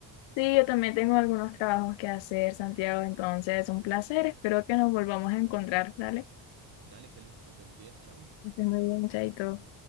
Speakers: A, on the left (about 80°); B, on the right (about 55°).
A: Sí, yo también tengo algunos trabajos que hacer, Santiago, entonces un placer. Espero que nos volvamos a encontrar, ¿dale?
B: Dale, Kelly, que estés muy bien. Chao.
A: Que estés muy bien, chaito.